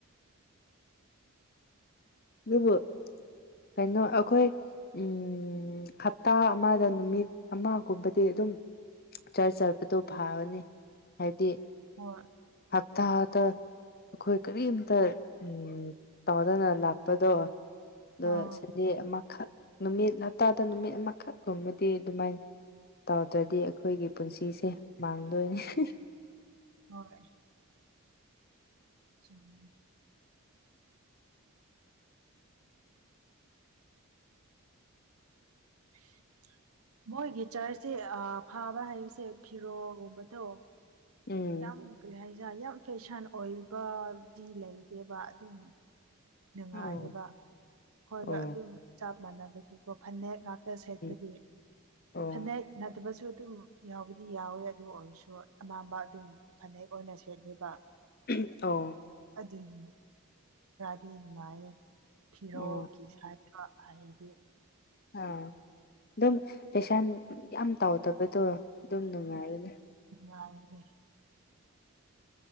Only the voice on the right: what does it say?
ꯍꯣꯏ
ꯑꯥ
ꯍꯣꯏ ꯆꯨꯝꯃꯦ꯫ <inaudible> ꯃꯣꯏꯒꯤ ꯆꯥꯔꯇꯤ ꯐꯥꯕ ꯍꯥꯏꯔꯤꯁꯦ ꯐꯤꯔꯣꯜꯒꯨꯝꯕ ꯗꯣ
ꯌꯥꯝ ꯀꯔꯤ ꯍꯥꯏꯁꯦ ꯌꯥꯝ ꯐꯦꯁꯟ ꯑꯣꯏꯕꯗꯤ ꯂꯩꯇꯦꯕ ꯑꯗꯨꯝ ꯅꯨꯡꯉꯥꯏꯌꯦꯕ
ꯑꯩꯈꯣꯏꯒ
ꯑꯗꯨꯝ ꯆꯞ ꯃꯥꯟꯅꯕꯒꯤꯀꯣ ꯐꯅ‌ꯦꯛ ꯉꯥꯛ ꯁꯦꯠꯄꯒꯤ
ꯐꯅꯦꯛ ꯅꯠꯇꯕꯁꯨ ꯑꯗꯨꯝ ꯌꯥꯎꯕꯗꯤ ꯌꯥꯎꯋꯦ ꯑꯗꯨ ꯑꯣꯏꯔꯁꯨ ꯑꯅꯝꯕ ꯑꯗꯨꯝ ꯐꯅꯦꯛ ꯑꯣꯏꯅ ꯁꯦꯠꯂꯦꯕ
ꯑꯗꯨꯅꯤ꯫ ꯗꯤ ꯅꯨꯡꯉꯥꯏꯌꯦ ꯐꯤꯔꯣꯜꯒꯤ
ꯁꯥꯏꯠꯇ ꯍꯥꯏꯔꯗꯤ
ꯅꯨꯡꯉꯥꯏꯕꯅ‌ꯦ꯫